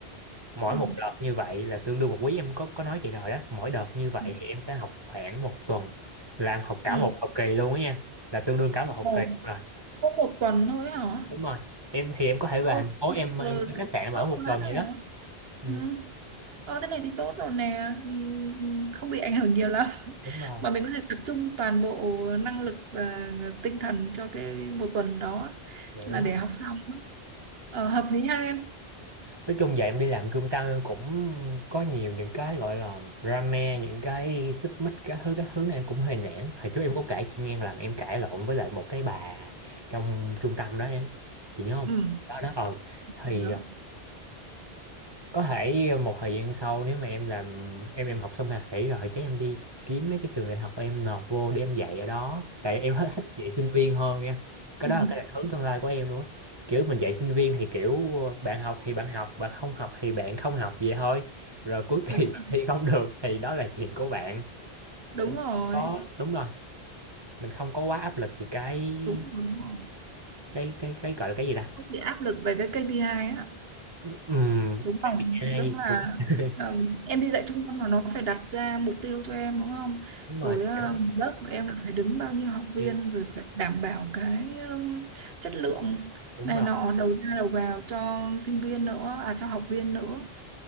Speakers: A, on the right (about 25°); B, on the right (about 70°).
A: mỗi
B: ờ
A: một đợt như vậy là tương đương một quý em có có nói vậy rồi đó mỗi đợt như vậy
B: ừ.
A: thì em sẽ học khoảng một tuần làm học cả
B: ừ.
A: một học kỳ luôn á nha là tương đương cả một học
B: Ồ,
A: kỳ rồi
B: có một tuần thôi hả
A: đúng rồi em thì em có thể
B: Ô,
A: về thành phố
B: thì
A: em
B: trời,
A: em thuê khách sạn
B: tốt
A: ở một
B: quá
A: tuần
B: rồi
A: vậy đó
B: đó.
A: ừ
B: ừ. Ờ, thế này thì tốt rồi nè Ừ, ừ, không bị ảnh hưởng nhiều lắm <laughs>
A: đúng rồi
B: mà mình có thể tập trung toàn bộ năng lực và tinh thần cho cái một tuần đó
A: dạ
B: là
A: đúng
B: để học xong á. ờ, hợp lý ha em
A: nói chung giờ em đi làm trung tâm em cũng có nhiều những cái gọi là drama những cái xích mích các thứ các thứ này em cũng hơi nản hồi trước em có kể chị nghe là em cãi lộn với lại một cái bà trong trung tâm đó em chị nhớ không
B: ừ
A: đó đó ờ thì
B: nhớ
A: ờ, có thể một thời gian sau nếu mà em làm em em học xong thạc sĩ rồi chắc em đi kiếm mấy cái trường đại học em nộp vô để em dạy ở đó tại em <laughs> hết thích dạy sinh viên hơn nha cái
B: ừ.
A: đó là cái định hướng tương lai của em luôn á kiểu mình dạy sinh viên thì kiểu bạn học thì bạn học bạn không học thì bạn không học vậy thôi rồi cuối kỳ
B: đúng rồi.
A: <laughs> bạn thi không được thì đó là chuyện của bạn
B: đúng
A: chúng
B: rồi
A: không có đúng rồi mình không có quá áp lực gì cái
B: đúng rồi đúng rồi
A: cái cái cái gọi là cái gì ta
B: không bị áp lực về cái KPI á
A: Ừm,
B: đúng không
A: ai
B: tức là
A: cũng <laughs>
B: ừm, em đi dạy trung tâm là nó phải đặt ra mục tiêu cho em đúng không
A: đúng rồi
B: rồi ừm,
A: kiểu
B: lớp của em là phải đứng bao nhiêu học viên
A: như
B: rồi phải đảm bảo cái ừm, chất lượng
A: đúng
B: này
A: rồi
B: nọ đầu ra đầu vào cho sinh viên nữa à cho học viên nữa